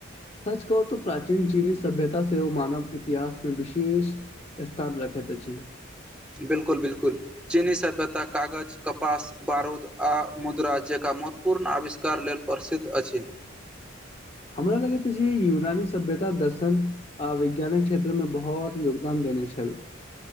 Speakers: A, on the left; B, in the centre.
A: सच कहू त प्राचीन चीनी सभ्यता से मानव इतिहासमे विशेष स्थान रखैत अछि
B: बिलकुल बिलकुल चीनी सभ्यता कागज कपास बारूद आ मुद्रा जक महत्वपर्ण आविष्कार लेल प्रसिद्ध अछि
A: हमरा लगैत छै यूनानी सभ्यता दर्शन आ वैज्ञानिक क्षेत्र में बहुत योगदान देने छल